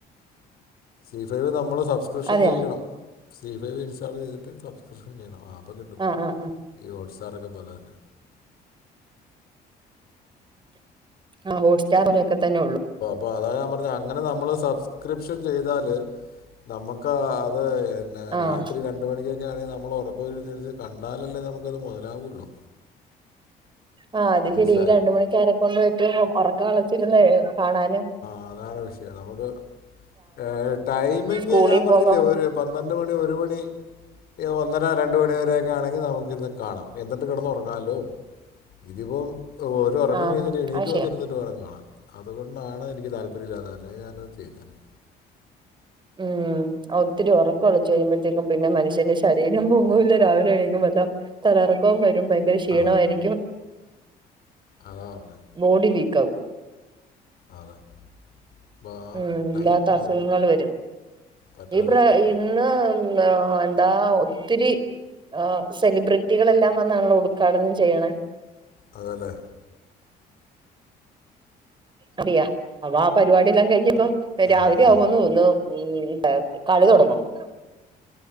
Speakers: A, on the left (about 65°); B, on the right (about 30°).
A: സി ഫൈവ് നമ്മൾ സബ്സ്ക്രിപ്ഷൻ
B: അതെയാ
A: ചെയ്യണം സീ ഫൈവ് ഇൻസ്റ്റാൾ ചെയ്തിട്ട് സബ്സ്ക്രിപ്ഷൻ ചെയ്യണം ആ കിട്ടും
B: ആഹ് ആഹ് ആഹ്
A: ഈ ഓട്സാറൊക്കെ പോലന്നെ.
B: ആ ഹോട്ട്സ്റ്റാർ ലൊക്കെ തന്നെ ഒള്ളു.
A: അപ്പോ അതാ ഞാൻ പറഞെ അങ്ങനെ നമ്മള് സബ്സ്ക്രിപ്ഷൻ ചെയ്താല് നമുക്ക് അത്
B: ആഹ്
A: രാത്രി രണ്ട് മണിക്കൊക്കെ ആണെ നമ്മള് ഒറകൊയിഞെച് കണ്ടാലല്ലേ നമുക്കത് മൊതലാവുള്ളൂ.
B: ആ അത്
A: മനസ്സിലായോ
B: ശെരി ഈ രണ്ട് മണിക്കാരെ കൊണ്ട് പറ്റും ഒറക്കം ഒളച്ചിരുന്നു കാണന്
A: സാധാരണ വിഷയ നമുക്ക് ഏ ടൈമിങ്
B: സ്കൂളിൽ
A: ഞാൻ പറഞ്ഞില്ലേ
B: പോകാം
A: ഒരു പന്ത്രണ്ട് മണി ഒരു മണി ഏ വ ഒന്നര രണ്ട് മണിവരൊക്കെ ആണെങ്കി നമുക്കിര്ന്ന് കാണാം എന്നിട്ട് കെടന്ന് ഒറങ്ങാലോ ഇതിപ്പം ഓര് ഒറക്കം
B: ആഹ്
A: കെ കയിഞ്ഞിട്ട് എണീറ്റ്
B: അത് ശരിയാ
A: വന്നിരുന്നിട്ട് വേണം കാണാൻ അത് കൊണ്ടാണ് എനിക്ക് താല്പര്യല്ലാ അല്ലെ ഞാന ത് <inaudible>
B: ഉം ഒത്തിരി ഒറകൊളച്ച് കഴുമ്പോഴത്തേക്കും പിന്നെ മനുഷ്യന്റെ ശരീരം പൊങ്ങൂല്ല രാവിലെ ണീക്കുമ്പോ താ തലറകോം വര് <unintelligible> ഭ യങ്കര ക്ഷീണവായിരിക്കും.
A: ആ അതാ പറഞ്ഞത്
B: ബോഡി വീക്ക ആവും.
A: അതെ അപ്പോൾ ആ
B: മ് ഇല്ലാത്ത
A: ടൈം
B: അസുഖങ്ങള്
A: നമുക്ക്
B: വരും
A: പറ്റാതായിപ്പോയി
B: ഈ പ്ര ഇന്ന് ന്നാ എന്താ ഒത്തിരി ആ സെലിബ്രിറ്റികളെല്ലാം വന്നാണ ല്ലോ ഉട്ഘാടനം ചെയ്യണെ
A: അതെലെ?
B: അദിയാ അപ്പ ആ പരിപാടില്ലാം കഴിഞ്ഞെ ര് മ്പം
A: ആ,
B: രാവിലെ
A: ആ.
B: ആവോന്ന് ഒന്നു മ് <unintelligible>